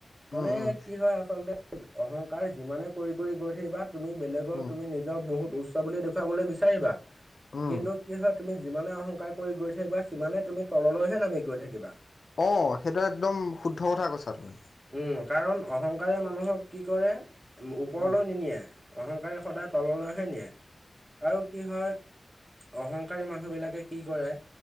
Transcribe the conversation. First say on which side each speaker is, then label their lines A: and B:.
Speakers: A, on the right; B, on the left.
A: মানে
B: উম উম
A: কি হয় আচলতে অহংকাৰ যিমানে কৰি কৰি গৈ থাকিবা তুমি বেলেগক
B: উম
A: তুমি নি জক বহুত উচ্চ বুলি দেখুৱাবলৈ বিচাৰিবা
B: উম
A: কিন্তু কি হয় তুমি যিমানে অহংকাৰ কৰি গৈ থাকিবা সিমানে তুমি তললৈহে নামি গৈ থাকিবা
B: অঁ সেইটো একদম শুদ্ধ কথা কৈছা তুমি।
A: উম কাৰণ অহংকাৰে মানুহক কি কৰে ওপৰলৈ
B: উম
A: নিনিয়ে। অহংকাৰে সদায় তললৈহে নিয়ে আৰু কি হয় অহংকাৰী মানুহ বিলাকে কি কৰে